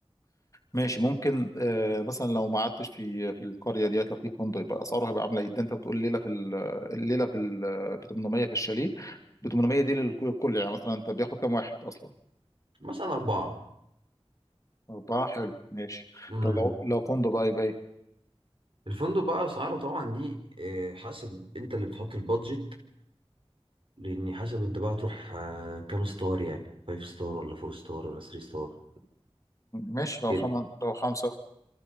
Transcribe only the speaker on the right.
مثلا أربعة
امم
الفندق بقى أسعاره طبعا دي آه، حسب أنت اللي بتحط البادجت لأن حسب أنت بقى تروح آه، كام ستار يعني فايف ستار ولا فور ستار ولا ثري ستار
كده